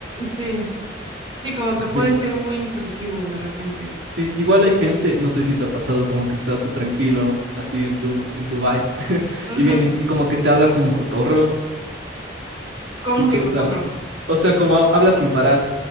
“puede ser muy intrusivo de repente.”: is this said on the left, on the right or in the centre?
Right